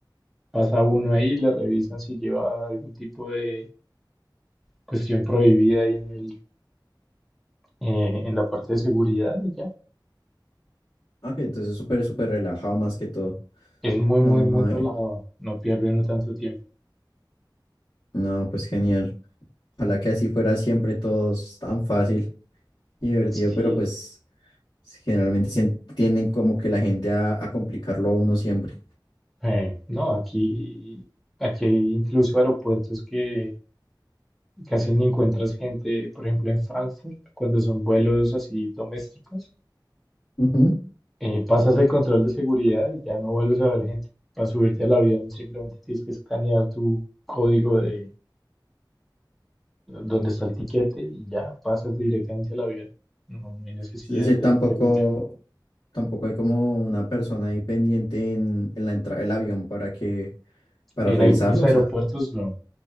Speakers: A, in the centre; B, on the left.
A: pasa uno ahí, le revisan si lleva algún tipo de cuestión prohibida ahí en el, eh, en la parte de seguridad y ya.
B: Ah, que entonces súper, súper relajado más que todo.
A: Es muy, muy,
B: Ah, no,
A: muy relajado.
B: eh,
A: No pierde uno tanto tiempo.
B: no, pues genial. Ojalá que así fuera siempre todos tan fácil y divertido,
A: Sí,
B: pero pues sí, generalmente sien- tienden como que la gente a, a complicarlo a uno siempre.
A: Eh, no, aquí, aquí hay incluso aeropuertos que casi ni encuentras gente, por ejemplo, en Frankfurt, cuando son vuelos así domésticos,
B: Ujú.
A: eh, pasas el control de seguridad y ya no vuelves a ver gente. Para subirte al avión simplemente tienes que escanear tu código de donde está el tiquete y ya pasas directamente al avión. No, no hay necesidad
B: Es decir,
A: de,
B: tampoco,
A: de mucho.
B: tampoco hay como una persona ahí pendiente en, en la entrada del avión para que, para
A: En
B: revisarlo.
A: algunos aeropuertos
B: O sea,
A: no.